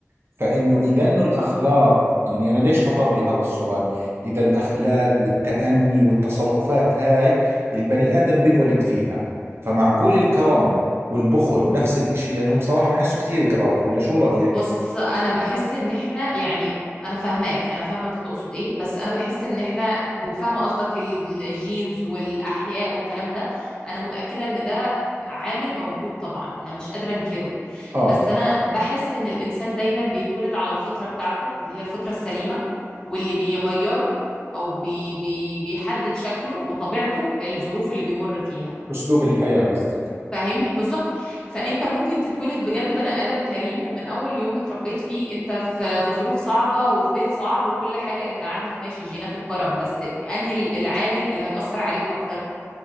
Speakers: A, on the right; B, on the left.
A: فانه اذا انه الاخلاق يعني انا ليش خطر لي هذا السؤال اذا الاخلاق والتأني والتصرفات هاي البني ادم بنولد فيها فمعقول الكرم والبخل نفس الاشي لانهم صراحة بحسوا كثير قراب ولا شو رأيك
B: بص انا بحس ان احنا يعني انا فاهماك انا فاهمه انت تقصد ايه بس انا بحس ان احنا وفاهمه قصدك ال- الجينز والاحياء والكلام ده انا متاكده ان ده عامل موجود طبعا انا مش قادره انكره
A: اه
B: بس انا بحس ان الانسان دايما بيتولد على الفطره بتاعته اللي هي الفطره السليمه واللي بيغيره او بي بي بيحدد شكله وطبيعته الظروف اللي بيمر فيها
A: اسلوب الحياة قصدك
B: فاهمني بالظبط فانت ممكن تتولد بجد بني ادم كريم ومن اول يوم اتربيت فيه انت في في ظروف صعبه وفي بيت صعب وكل حاجه انت عندك ماشي جينات الكرم بس انهي ال- العامل اللي هيأثر عليك اكتر